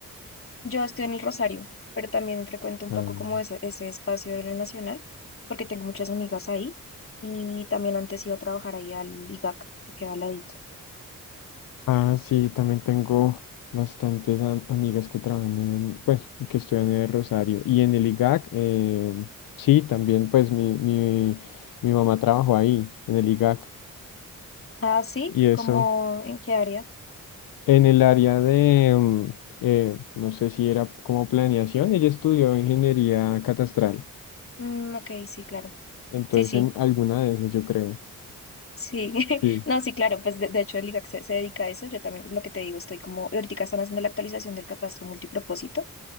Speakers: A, on the left (about 40°); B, on the left (about 75°).
A: Yo estoy en el Rosario, pero también frecuento un
B: Ah,
A: poco como ese, ese espacio de la Nacional, porque tengo muchas amigas ahí y también antes iba a trabajar ahí al IGAC, que queda al ladito.
B: ah, sí, también tengo bastantes am- amigas que trabajan en, pues, que estudian en el Rosario. Y en el IGAC, eh, sí, también, pues, mi, mi, mi mamá trabajó ahí, en el IGAC.
A: Ah, sí,
B: Y eso,
A: ¿como en qué área?
B: en el área de, mm, eh, no sé si era como planeación, ella estudió ingeniería catastral.
A: Mm, ok, sí, claro.
B: Entonces,
A: Sí, sí,
B: en alguna de esas, yo creo.
A: sí. <laughs>
B: Sí.
A: No, sí, claro, pues de, de hecho el IGAC se, se dedica a eso. Yo también lo que te digo, estoy como, ahorita están haciendo la actualización del catastro multipropósito